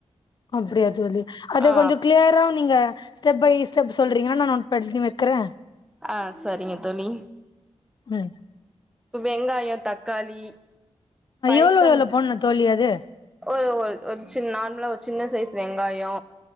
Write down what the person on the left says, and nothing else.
அப்டியா தோழி அது
கொஞ்சோ கிளியரா நீங்க ஸ்டெப் பை ஸ்டெப் சொல்றீங்களா நா நோட் பண்ணி வெக்குற
ம்
எவ்ளோ எவ்ளோ போடணு தோழி அது